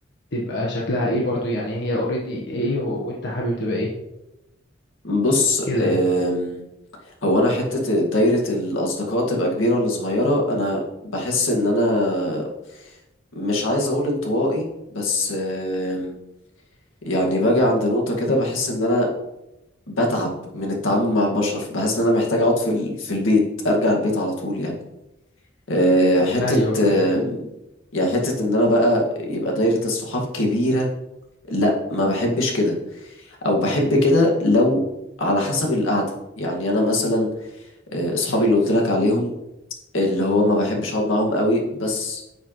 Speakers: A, on the left; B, on the left.
A: تبقى شكلها إيه برضو يعني هي اوريدي إيه و- وأنت حابب تبقى إيه
B: بص
A: كده
B: أم،
A: يعني
B: هو أنا حتة دايرة الأصدقاء تبقى كبيرة ولا صغيرة أنا بحس إن أنا مش عايز أقول انطوائي بس أم، يعني باجي عند نقطة كده بحس إن أنا بتعب من التعامل مع البشر بحس إن أنا محتاج أقعد في ال- في البيت أرجع البيت على طول يعني أه، حتة
A: أيوه أيوه
B: أم، يعني حتة إن أنا بقى يبقى دايرة الصحاب كبيرة لا ما بحبش كده او بحب كده لو على حسب القعده يعني انا مثلا آه، اصحابي
A: م.
B: اللي قلت لك عليهم اللي هو ما بحبش اقعد معاهم قوي بس